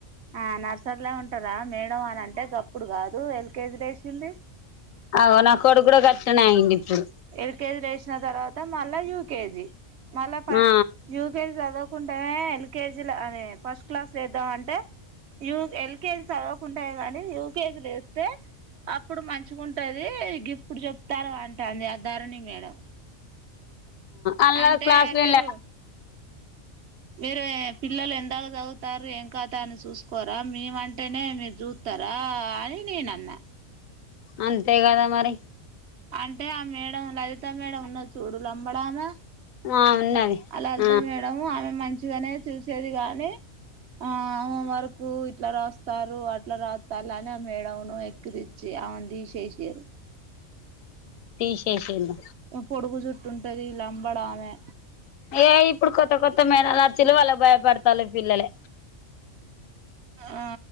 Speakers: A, on the right; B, on the left.
A: ఆ నర్సరిలా ఉంటరా మేడం అని అంటే సప్పుడు గాదు ఎల్ కే జి ల ఏసింది
B: అవ్ నా కొడుక్ గుడా గట్లనే అయ్యిండ్ ఇప్పుడు
A: ఎల్ కే జీ ల ఏసిన తర్వాత మళ్ళ యూ కే జీ మళ్ళ ప
B: ఆ
A: యూ కే జి జదువకుంటే ఎల్ కే జి ల అదే ఫస్ట్ క్లాస్ ఏద్దాం అంటే యూ ఎల్ కే జి సదువకుంటే గానీ యూ కే జి లేస్తే అప్పుడు మంచిగుంటదీ గిప్పుడు జెప్తారు అంటాంది ఆ ధరణి మేడం
B: అల్ల
A: అంటే
B: క్లాస్లు
A: మీరు
B: ఎల్లే
A: మీరు ఏ పిల్లలు ఎందాక సవుతారు ఏం కతా అని సూసుకోరా మేమంటేనే మీర్ జూ త్తరా అని నేన్ అన్న
B: అంతే గదా మరి
A: అంటే ఆ మేడం లలితా మేడం ఉన్నది సూడు లంబడామె
B: ఆ ఉన్నది
A: అలా లల్తా
B: ఆ
A: మేడం ఆమె మంచిదనే చూసేది గానీ ఆ ఆమె వర్కు ఇట్ల రాస్తారు అట్ల రాత్తాల్లు అని ఆ మేడం ను ఎక్కిరి చి ఆమెన్ దీశేశి
B: తీషేషిన్ర
A: పొడుగు జుట్టుంటది లంబడామె
B: ఏ ఇప్పుడు కొత్త కొత్త మేనాలు వచీలు వాళ్లకు భయపడతారు పిల్లలే
A: ఆ